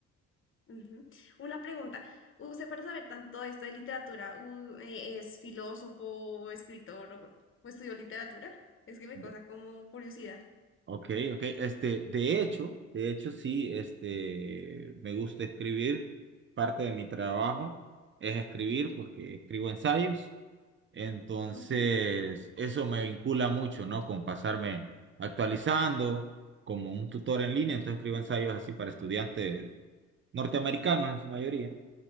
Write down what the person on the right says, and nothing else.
De-
Ok, ok. Este, de hecho, de hecho, sí, este, me gusta escribir. Parte de mi trabajo es escribir porque escribo ensayos. Entonces,
eso me vincula mucho, ¿no? Con pasarme actualizando como un tutor en línea. Entonces escribo ensayos así para estudiantes norteamericanos en su mayoría.